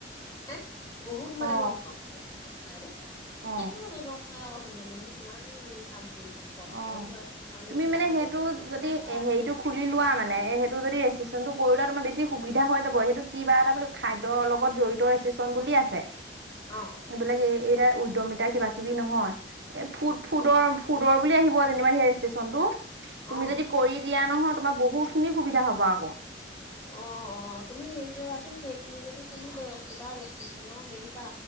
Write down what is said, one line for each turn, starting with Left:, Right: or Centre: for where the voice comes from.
Left: <unintelligible> বহুত মানে
Right: অ অ
Left: <unintelligible> মনোহজনেনো
Right: অ অ
Left: কিমান ইনকাম কৰিব। কষ্টও
Right: অ
Left: হয়, সমানে
Right: তুমি
Left: কিবা
Right: মানে
Left: এটা
Right: সেইটো
Left: কৰিব পাৰিলে
Right: যদি
Left: লাভ হয় আৰু।
Right: হেৰিটো খুলি লোৱা মানে এই টো যদি এচিচটেন্টতো কৰি লোৱা, তোমাৰ বেছি সুবিধা হৈ যাব, সেইটো কিবা এটা বো খাদ্যৰ লগত জড়িত এচিষ্ট চন বুলি আছে।
Left: অ'।
Right: এইবিলাক এই এইাৰ উদ্যমিতা কিবা-কিবি নহয়, এ ফুড, ফুডৰ, ফুডৰ বুলি আহিব যেনিবা সেই ৰেইছট্ৰেচনটো, তুমি
Left: অ'।
Right: যদি কৰি দিয়া নহয় তোমাৰ বহুত খিনি সুবিধা হ'ব আকৌ।
Left: অ' অ' তুমি হেৰি কৰিবাচোন সেইখিনি যদি তুমি ক'বা ৰেষ্ট্ৰ্যনৰ হেৰি পা।